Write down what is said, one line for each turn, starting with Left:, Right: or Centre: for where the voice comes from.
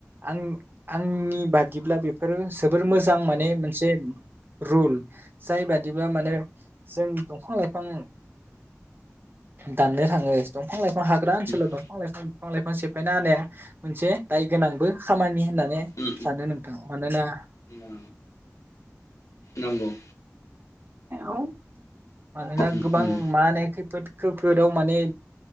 Right: आंनि आंनि बादिब्ला बेफोरो सो जोबोर मोजां माने मोनसे रूल जाय बादिब्ला माने जों दंफां लाइफां दाननो थाङो दंफां लाइफा हाग्रा ओनसाव
Left: उम
Right: दंफां लाइफां बिफां लाइफां सेफायना होनाया मोनसे दाय गोनांबो खामानि होननानै
Left: उम
Right: सानो नोंथां मानोना
Left: उम नंगौ
Right: औ मानोना
Left: उम
Right: गोबां
Left: उम
Right: मा ने खै फोद खैफोदाव माने